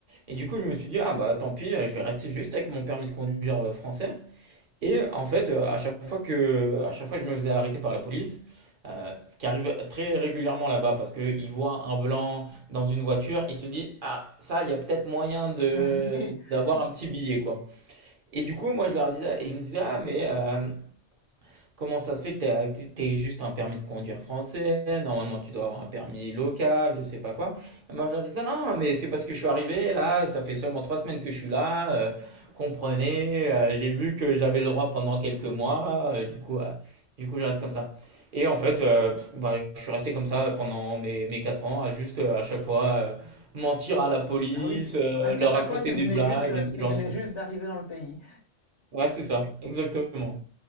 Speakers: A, on the right; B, on the left.
A: Et du coup, je me suis dit, ah bah tant pis, je vais rester juste avec mon permis de conduire euh, français. Et en fait, euh, à chaque fois que, à chaque fois que je me faisais arrêter par la police, euh, ce qui arrive très régulièrement là-bas, parce qu'ils voient un blanc dans une voiture, ils se disent, ah, ça, il y a peut-être moyen de
B: Mhm. <laughs>
A: d'avoir un petit billet, quoi. Et du coup, moi, je leur disais, et ils me disaient, ah, mais euh, Comment ça se fait que tu as juste un permis de conduire français? Normalement, tu dois avoir un permis local, je sais pas quoi. Et moi, je leur dis, non, non, mais c'est parce que je suis arrivé là, ça fait seulement trois semaines que je suis là. euh, comprenez, euh, j'ai vu que j'avais le droit pendant quelques mois, euh, du coup, euh, du coup, je reste comme ça. Et en fait, euh, pff, bah, je suis resté comme ça pendant mes, mes quatre ans, à juste euh, à chaque fois euh, mentir à la police,
B: Ah oui,
A: euh,
B: à,
A: leur
B: à chaque
A: raconter
B: fois tu venais
A: des blagues
B: juste, euh,
A: et ce
B: tu
A: genre
B: venais
A: de choses.
B: juste d'arriver dans le pays.
A: Ouais, c'est ça, exactement.